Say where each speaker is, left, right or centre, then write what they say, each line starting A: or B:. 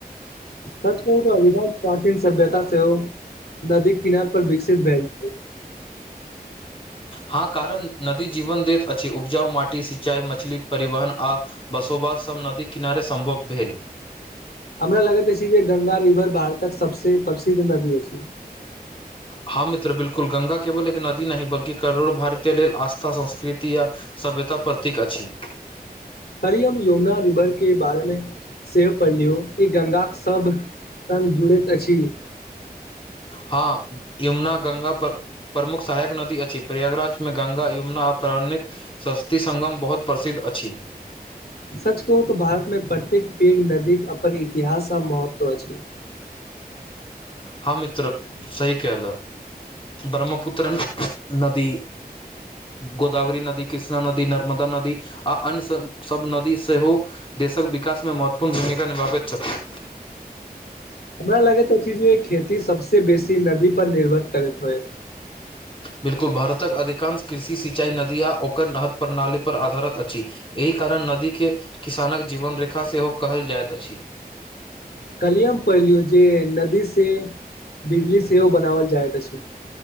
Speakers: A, on the left; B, on the left.
A: सच कहू त अधिकांश प्राचीन सभ्यता सेहो नदी किनार पर विकसित भेल छै
B: हँ कारण नदी जीवनदैत अछि उपजाउ माटी सिंचाई मछली परिवहन आ बसोबास सब नदी किनारे संभव भेल
A: हमरा लगैत अछि जे गंगा रिवर भारतक सबसे प्रसिद्ध नदी अछि
B: हँ मित्र बिलकुल गंगा केवल एक नदी नहि बल्कि करोड़ो भारतीय लेल आस्था संस्कृति या सभ्यता प्रतीक अछि
A: हरि हम यमुना रिवर के बारे मे सेहो पढ़लियो ई गंगा के सब स़ग जुड़ैत अछि
B: हँ यमुना गंगा पर प्रमुख सहायक नदी अछि प्रयागराज में गंगा युना आ पाणिक सस्ती संगम बहुत प्रसिद्ध अछि
A: सच कहू तऽ भारत मे प्रत्येक पेघ नदीक अपन इतिहास आ महत्व अछि
B: हँ मित्र सही केहलो ब्रह्मपुत्रन नदी गोदावरी नदी कृष्णा नदी नर्मदा नदी आ अन्य सभ सभ नदी सेहो देशक विकासमे महत्वपूर्ण भूमिका निभाबैत छथि
A: हमरा लगैत अछि जे खेती सभसे बेसी नदी पर निर्भर करैत होय
B: बिल्कुल भारतक अधिकांश कृषि सिंचाइ नदी आ ओकर नहर प्रणालीपर आधारित अछि एहि कारण नदी के किसानक जीवन रेखा सेहो कहल जैत अछि
A: कल्ही मे पढ़ लियऔ जे नदी से बिजली सेहो बनावल जाइत अछि